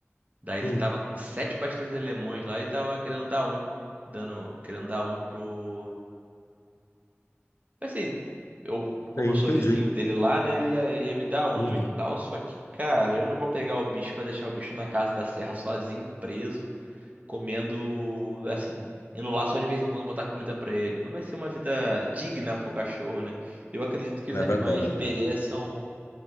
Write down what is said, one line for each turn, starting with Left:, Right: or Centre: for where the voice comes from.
Right: Daí
Left: Hum,
Right: ele tava com sete pastores alemães lá e tava querendo dar um. Dando, querendo dar um pro. Assim, eu, como
Left: tem,
Right: eu sou
Left: entendi.
Right: vizinho dele lá, né? Ele ia, ia me dar um
Left: Uhum.
Right: e tal. Só que, cara, eu não vou pegar o bicho pra deixar o bicho na casa da serra sozinho, preso, comendo, assim, indo lá só de vez em quando botar comida pra ele. Não vai ser uma vida digna pro cachorro, né? Eu acredito que os
Left: É
Right: animais
Left: verdade.
Right: mereçam.
Left: é.